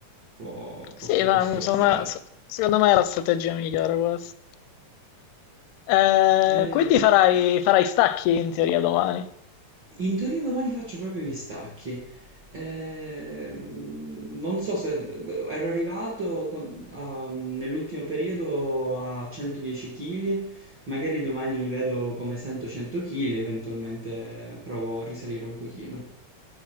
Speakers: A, on the right; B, on the left.
A: può,
B: Sì,
A: può s-
B: ma
A: può sforzare.
B: insomma, s- secondo me è la strategia migliore questa. Eh,
A: E
B: quindi farai, farai stacchi in teoria domani.
A: In teoria domani faccio proprio gli stacchi. Ehm, non so se ero arrivato con- a- nell'ultimo periodo a 110 kg, magari domani vedo come sento 100 kg e eventualmente provo a risalire un pochino.